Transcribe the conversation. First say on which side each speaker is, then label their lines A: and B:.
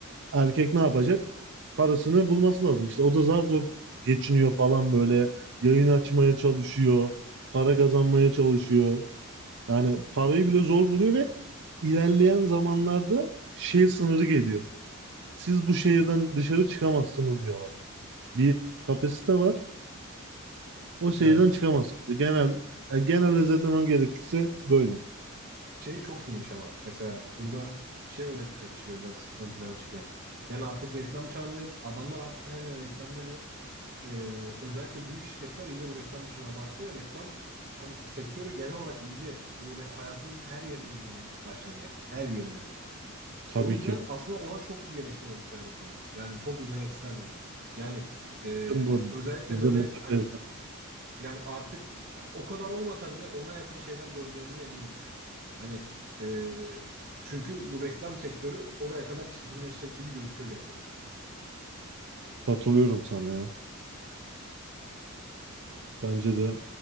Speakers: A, on the right (about 60°); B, on the right (about 45°).
A: erkek ne yapacak? Parasını bulması lazım. İşte o da zar zor geçiniyor falan böyle. Yayın açmaya çalışıyor. Para kazanmaya çalışıyor. Yani parayı bile zor buluyor ve ilerleyen zamanlarda şey sınırı geliyor siz bu şehirden dışarı çıkamazsınız diyorlar. Bir kapasite var. O şehirden
B: Evet.
A: çıkamazsınız. Genel yani genel özetlemem gerekirse böyle.
B: Şey çok iyiymiş ama. Mesela burada şey öne plana çıkıyor biraz. Ön plana çıkıyor. Yani artık reklam çağındayız. Adamlar artık her yere reklam veriyor. E, özellikle büyük şirketler iyice bu reklam işini abarttı. Reklam hani sektörü genel olarak iyice böyle hayatımızın her yerine girmeye başladı yani. Her yerine.
A: Tabii
B: O yüzden
A: ki.
B: aslında ona çok iyi bir eleştiri olmuş bence bu bölüm. Yani çok izlemek isterdim. Yani e,
A: Bizim bu
B: özellikle
A: bizde
B: böyle
A: mutlaka
B: hani
A: izler.
B: yani artık ya o kadar olmasa bile ona yakın şeyler göreceğimize eminim yani. Hani e, çünkü bu reklam sektörü oraya kadar çirkinleşecek gibi gözüküyor gerçekten.
A: Katılıyorum sana ya. Bence de